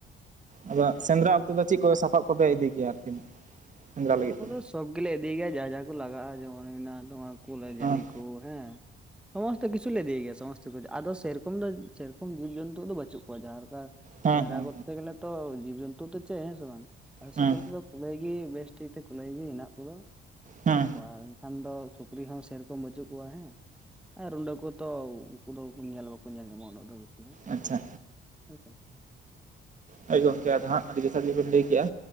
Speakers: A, on the right (about 40°); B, in the centre.
A: ᱟᱫᱚ ᱥᱮᱸᱫᱽᱨᱟ ᱚᱠᱛᱚ ᱫᱚ ᱪᱮᱫ ᱠᱚ ᱥᱟᱯᱟᱵ ᱠᱚᱯᱮ ᱤᱫᱤ ᱠᱮᱭᱟ ᱟᱨᱠᱤ? ᱥᱮᱸᱫᱽᱨᱟ ᱞᱟᱹᱜᱤᱫ
B: ᱩᱱᱟᱠᱩᱫᱚ
A: ᱛᱮᱫᱚ
B: ᱥᱚᱵᱽ ᱜᱮᱞᱮ ᱤᱫᱤᱭ ᱜᱮᱭᱟ ᱡᱟ ᱡᱟ ᱠᱚ ᱞᱟᱜᱟᱜᱼᱟ ᱡᱮᱢᱚᱱ ᱢᱮᱱᱟᱜ ᱛᱟᱢᱟ ᱠᱩᱞᱟᱹ ᱡᱷᱟᱹᱞᱤ
A: ᱦᱮᱸ
B: ᱠᱚ ᱦᱮᱸ, ᱥᱚᱢᱚᱥᱛ ᱠᱤᱪᱷᱩᱞ ᱞᱮ ᱤᱫᱤᱭᱮ ᱜᱮᱭᱟ ᱥᱚᱢᱚᱥᱛ ᱠᱤᱪᱷᱩ ᱟᱫᱚ ᱥᱮᱨᱚᱠᱚᱢ ᱫᱚ ᱥᱮᱨᱚᱠᱚᱢ ᱡᱤᱵᱽ ᱡᱚᱱᱛᱩ ᱫᱚ ᱵᱪᱩᱜ ᱠᱚᱣᱟ ᱡᱟᱦᱟᱸ ᱞᱮᱠᱟ
A: ᱦᱮᱸ
B: ᱥᱮᱸᱫᱽᱨᱟ
A: ᱦᱮᱸ
B: ᱠᱚᱨᱛᱮ ᱜᱮᱞᱮ ᱛᱚ ᱡᱤᱵ ᱡᱚᱱᱛᱩ ᱛᱚ ᱪᱮᱫ ᱦᱮᱸ ᱥᱮ ᱵᱟᱝ ᱟᱞᱮ ᱥᱮᱫ
A: ᱦᱮᱸ
B: ᱫᱚ ᱠᱩᱞᱟᱹᱭ ᱜᱮ ᱵᱮᱥ ᱴᱷᱤᱠ ᱛᱮ ᱞᱟᱹᱭ ᱜᱤ ᱦᱮᱱᱟᱜ ᱠᱚᱫᱚ
A: ᱦᱮᱸ
B: ᱦᱮᱱᱟᱜ ᱠᱚᱣᱟ ᱟᱨ ᱠᱷᱟᱱ ᱫᱚ ᱥᱩᱠᱨᱤ ᱦᱚᱸ ᱥᱮᱨᱚᱠᱚᱢ ᱵᱟᱪᱩᱜ ᱠᱚᱣᱟ ᱦᱮᱸ᱾ ᱟᱨ ᱨᱩᱸᱰᱟᱹ ᱠᱩ ᱛᱚ ᱩᱱᱠᱩ ᱫᱚ ᱧᱮᱞ ᱵᱟᱠᱚ ᱧᱮᱞ ᱧᱟᱢᱚᱜ-ᱟ ᱩᱱᱟᱹᱜ ᱫᱚ ᱵᱤᱥᱤ ᱫᱚ᱾
A: ᱟᱪᱪᱷᱟ
B: <unintelligible>
A: ᱦᱳᱭ ᱜᱚᱢᱠᱮ ᱟᱫᱚ ᱦᱟᱸᱜ ᱟᱰᱤ ᱡᱚᱛᱷᱟᱛ ᱜᱮᱵᱤᱱ ᱞᱟᱹᱭ ᱠᱮᱜ-ᱟ᱾